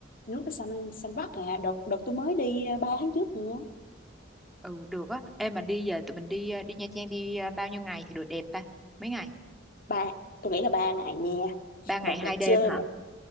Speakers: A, on the left; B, in the centre.
A: nước nó xanh xanh biếc à đợt đợt tôi mới đi à, ba tháng trước nữa
B: ừ được á. Ê mà đi giờ tụi mình đi ờ, đi Nha Trang đi ờ, bao nhiêu ngày thì được đẹp ta? Mấy ngày?
A: ba tôi nghĩ là ba ngày nha
B: Ba ngày
A: một
B: hai
A: ngày
B: đêm
A: chơi
B: hả?
A: một